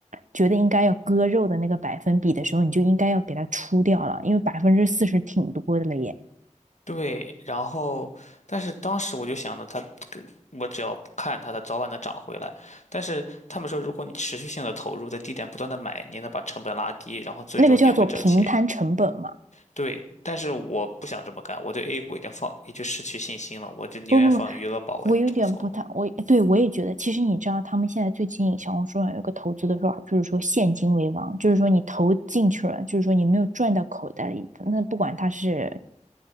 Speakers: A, on the right (about 80°); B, on the left (about 70°).
A: 觉得应该要割肉的那个百分比的时候，你就应该要给它出掉了，因为百分之四十挺多的了耶。
B: 对，然后，但是当时我就想着它，我只要不看它，它早晚能涨回来。但是他们说，如果你持续性的投入，在低点不断的买，你能把成本拉低，然后最终你也会挣钱。
A: 那个叫做平摊成本嘛。
B: 对，但是我不想这么干，我对 A 股已经放，已经失去信心了，我就宁愿放余额宝，
A: 不不不，
B: 我也不这么做了。
A: 我有点不太，我对我也觉得，其实你知道，他们现在最近小红书上有一个投资的说法，就是说现金为王，就是说你投进去了，就是说你没有赚到口袋里的，那不管它是